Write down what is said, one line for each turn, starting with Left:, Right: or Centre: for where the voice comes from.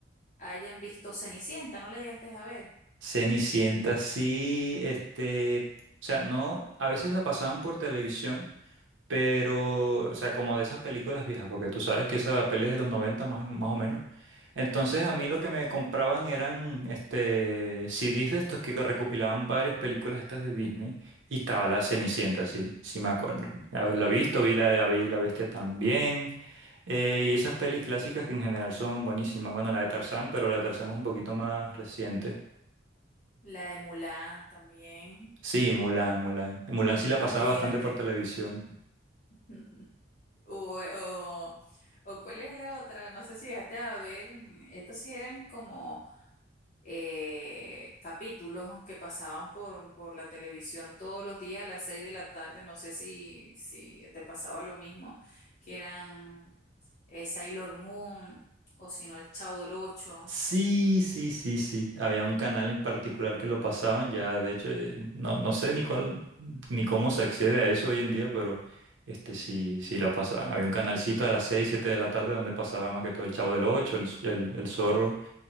Left: hayan visto Cenicienta, ¿no la llegaste a ver?
Right: Cenicienta, sí, este, o sea, no, a veces la pasaban por televisión. pero, o sea, como de esas películas viejas, porque tú sabes que esa peli es de los 90 más, más o menos. Entonces a mí lo que me compraban eran este, CDs de estos que recopilaban varias películas estas de Disney y estaba la Cenicienta, sí, sí me acuerdo. Haberla visto, vi la de La Bella y la Bestia también. eh, y esas pelis clásicas que en general son buenísimas. Bueno, la de Tarzán, pero la de Tarzán es un poquito más reciente.
Left: La de Mulan también,
Right: Sí, Mulan, Mulan. Mulan sí
Left: imagínate.
Right: la pasaba bastante por televisión.
Left: <laughs> O, o, o cuál es la otra, no sé si llegaste a ver, mm, estos sí eran como eh, capítulos que pasaban por, por la televisión todos los días a las 6 de la tarde. No sé si, si te pasaba lo mismo, que eran eh, Sailor Moon o si no, El Chavo del Ocho.
Right: Sí, sí, sí, sí. Había un canal en particular que lo pasaban, ya de hecho, eh, no, no sé ni cuál, ni cómo se accede a eso hoy en día, pero este sí, sí lo pasaban. Había un canalcito a las 6, 7 de la tarde donde pasaba más que todo el Chavo del Ocho, el, el, el Zorro